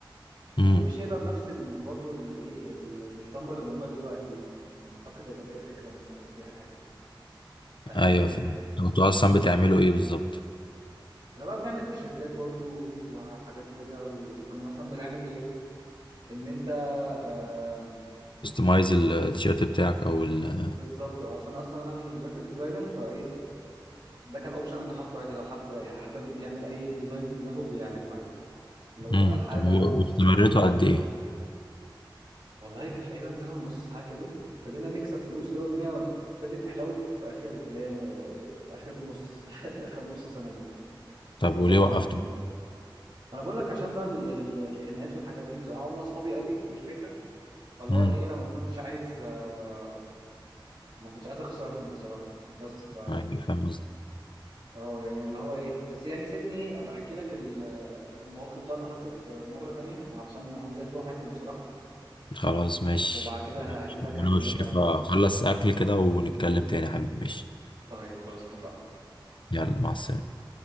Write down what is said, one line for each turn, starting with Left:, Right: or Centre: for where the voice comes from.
Left: امم
Right: ومش هيبقى بنفس ال... برضه الايه ال- الاسطمبة اللي موجودة دلوقتي دي يعني اعتقد هيبقى فيها فكرة مثلا هيبقى فيها حاجة آه
Left: ايوه
Right: كده
Left: فهمت
Right: يعني
Left: طب انتوا اصلا بتعملوا ايه بالظبط
Right: كنا بقى بنعمل تيشيرتات برضه وهوديز وحاجات كده وكنا مثلا بنعمل ايه ان انت آه
Left: كستمايز التيشيرت بتاعك او ال
Right: بالظبط اه عشان اصلا انا الجرافيك ديزاينر فايه ده كان اوبشن ان احطه عادي لو حد حابب يعمل اي ديزاين في دماغه بيعمله عادي لو
Left: امم
Right: حاجه
Left: طب واستمريتوا قد ايه؟
Right: والله كانت تقريبا سنه ونص حاجه كده ابتدينا نكسب فلوس كده والدنيا ابتدت تحلو في في اخر اللي هي اخر نص <laughs> اخر نص سنه دي
Left: طب
Right: الموضوع
Left: وليه
Right: كان
Left: وقفته؟
Right: ما انا بقول لك عشان بقى ال- ال- الخناقات والحاجات دي بصراحه هم اصحابي قوي دي الفكره فاللي
Left: امم
Right: هو انا ايه انا ما كنتش عايز آه، ما كنتش عايز اخسرهم بصراحه بس ف
Left: أيوة، فاهم قصدي
Right: اه يعني اللي هو ايه بس يعني سيبني ابقى احكي لك ال- المواقف بقى اللي حصلت في مره تانية عشان عايز اروح اكل بصراحه
Left: خلاص ماشي
Right: وبعد كده
Left: ماشي.
Right: هاجي لك احكي
Left: أنا والشيف
Right: لك بقى
Left: هخلص أكل كده ونتكلم تاني يا حبيبي ماشي
Right: طيب خلاص اتفقنا
Left: يلا مع السلامة